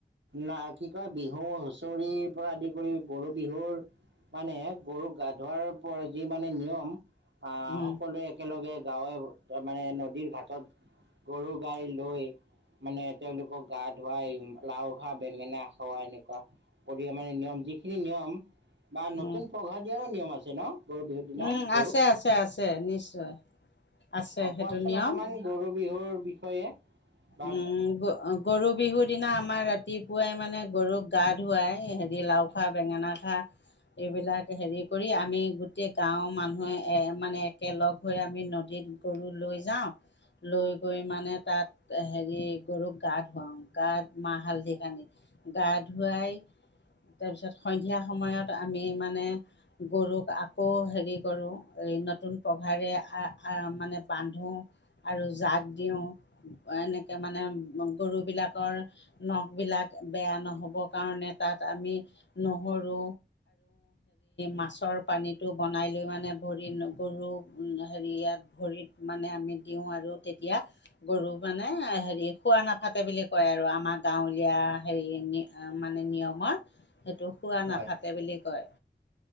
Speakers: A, on the right; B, on the left.
A: না কি কয় বিহু হুচৰি পৰা আদি কৰি গৰু বিহুৰ মানে গৰুক গা ধোৱাৰ পৰা যি মানে নিয়ম আহ
B: উম
A: সকলোৱে একেলগে গাঁৱে তাৰ মানে নদীৰ ঘাটত গৰু গাই লৈ মানে তেওঁলোকক গা ধুৱাই, লাও খা, বেঙেনা খোৱা এনেকুৱা পৰি মানে নিয়ম, যিখিনি নিয়ম বা নতুন
B: উম
A: পঘা দিয়াৰো নিয়ম আছে ন। গৰু বিহুৰ দিনা
B: উম,
A: গৰুক
B: আছে, আছে, আছে। নিশ্চয়। আছে
A: অ
B: সেইটো
A: কোৱাচোন
B: নিয়ম
A: অকমান গৰু বিহুৰ বিষয়ে বা
B: উম, গৰু বিহুত দিনা আমাৰ ৰাতিপুৱাই মানে গৰুক গা ধুৱাই, হেৰি লাও খা বেঙেনা খা। এইবিলাক হেৰি কৰি আমি, গোটেই গাঁওৰ মানুহে এ মানে একেলগ হৈ আমি নদীত গৰু লৈ যাওঁ লৈ গৈ মানে তাত হেৰি গৰুক গা ধুৱাওঁ, গাত মাহ হালধি সানি, গা ধুৱাই তাৰপিছত সন্ধিয়া সময়ত আমি মানে গৰুক আকৌ হেৰি কৰোঁ। নতুন পঘাৰে আ আ মানে বান্ধোআৰু জাক দিওঁ। এনেকৈ মানে গৰুবিলাকৰ নখবিলাক বেয়া নহ'বৰ কাৰণে তাত আমি নহৰু মাছৰ পানীটো বনাই লৈ মানে গৰু হেৰিয়াত ভৰিত মানে আমি দিওঁ আৰু তেতিয়া গৰু মানে হেৰি খোৱা নাথাকে বুলি কয় আৰু আমাৰ গাঁৱলীয়া হেৰি মানে নিয়মত সেইটো খোৱা
A: হয়
B: নাথাকে বুলি কয়